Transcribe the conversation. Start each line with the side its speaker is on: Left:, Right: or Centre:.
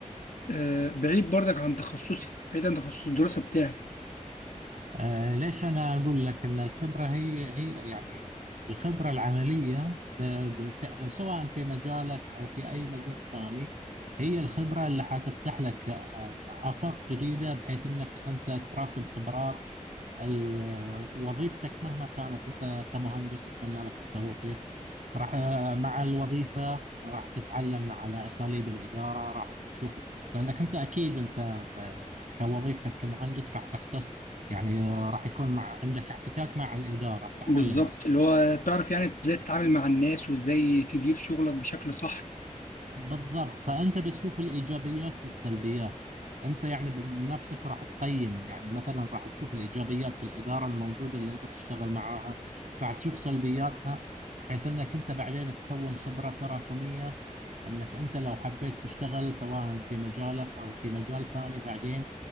Left: آه، بعيد برضك عن تخصصي بعيد عن تخصص الدراسه بتاعي
Right: آه، ليش أنا أقول لك أن الخبرة هي هي يعني الخبرة العملية ب- ب- في- سواء في مجالك أو في أي مجال ثاني هي الخبرة اللي حتفتح لك آه، آفاق جديدة بحيث أنك أنت تراكم خبرات ال- وظيفتك مهما كانت أنت كمهندس أتمنى لك التوفيق راح مع الوظيفة راح تتعلم على أساليب الإدارة راح تشوف لأنك أنت أكيد أنت ب- كوظيفتك كمهندس راح تختص يعني راح يكون مع عندك احتكاك مع الإدارة صح
Left: بالظبط
Right: ولا لا؟
Left: اللي هو تعرف يعني ازاي تتعامل مع الناس وازاي تدير شغلك بشكل صح
Right: بالضبط فأنت بتشوف الإيجابيات والسلبيات أنت يعني بنفسك راح تقيم يعني مثلا راح تشوف الإيجابيات في الإدارة الموجودة اللي أنت تشتغل معاها راح تشوف سلبياتها بحيث أنك أنت بعدين تكون خبرة تراكمية أنك أنت لو حبيت تشتغل سواء في مجالك أو في مجال ثاني بعدين